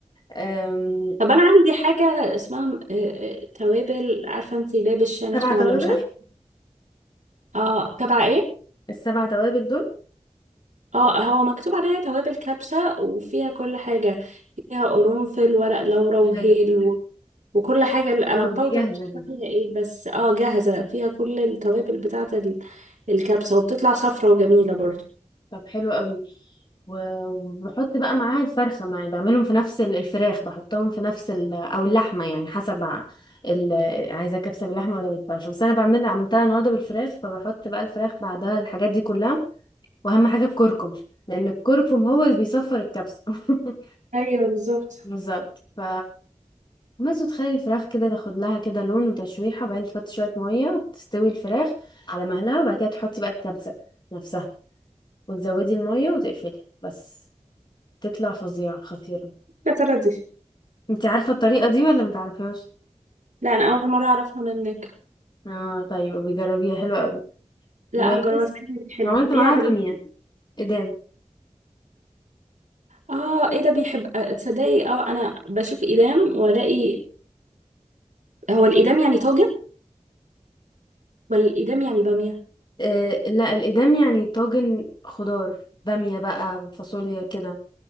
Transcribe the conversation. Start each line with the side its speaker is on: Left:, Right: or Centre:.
Left: آم،
Right: طب انا عندي حاجة اسمها آه، آه، توابل عارفة انتي باب الشام
Left: سبع
Right: اسمه
Left: توابل
Right: ولا مش عارفة اه تبع ايه
Left: السبع توابل دول
Right: اه هو مكتوب عليها توابل كبسة وفيها كل حاجة فيها قرنفل ورق لورا وهيل
Left: حلو
Right: وكل حاجة ال- أنا
Left: اه
Right: باودر
Left: دي جاهزه
Right: مش عارفة
Left: دي
Right: فيها إيه بس اه جاهزة فيها كل التوابل بتاعة ال- الكبسة وبتطلع صفرة وجميلة برضو
Left: طب حلو قوي و- وبحط بقى معاها الفرخة معي بعملهم في نفس ال- الفراخ بحطهم في نفس ال... او اللحمة يعني حسب ع- ال... عايزة كبسة باللحمة ولا بالفراخ بس انا بعمل عملتها النهاردة بالفراخ فبحط بقى الفراخ بعدها الحاجات دي كلها واهم حاجة الكركم لان الكركم هو اللي بيصفر الكبسة <laughs>
Right: ايوه بالظبط
Left: بالظبط ف بس وتخلي الفراخ كده تاخد لها كده لون وتشويحة وبعدين تحط شوية مية تستوي الفراخ على مهلها وبعد كده تحطي بقى الكبسة نفسها وتزودي المية وتقفلي بس تطلع فظيعة خطيرة
Right: يا ترى دي
Left: انت عارفة الطريقة دي ولا متعرفهاش؟
Right: لا أنا أول مرة أعرفها منك
Left: اه طيب بيجربيها حلوة قوي
Right: لا
Left: وبس
Right: هجربها تحبي- بتحبيها
Left: عملت معاها
Right: بال
Left: بامية إدام
Right: اه ايه ده بيحب آه، تصدقي اه أنا بشوف إيدام وألاقي هو الإيدام يعني طاجن ولا الإيدام يعني بامية
Left: آه لا الإدام يعني طاجن خضار بامية بقى فاصوليا كده